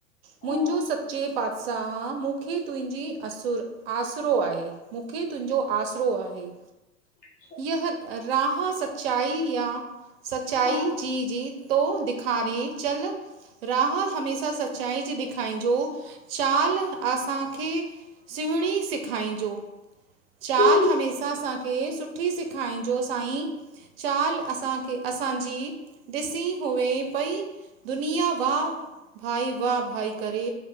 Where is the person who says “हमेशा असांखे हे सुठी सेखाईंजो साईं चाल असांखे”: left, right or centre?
Right